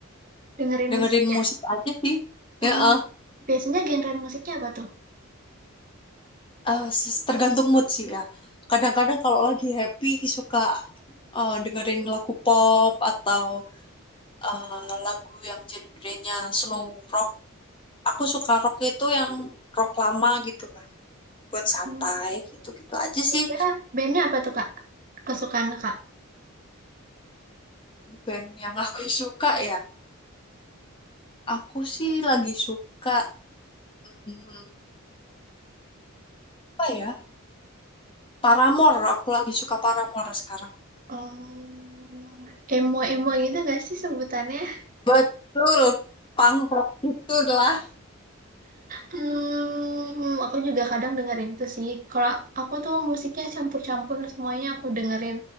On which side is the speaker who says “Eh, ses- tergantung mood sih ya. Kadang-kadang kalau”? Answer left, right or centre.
Left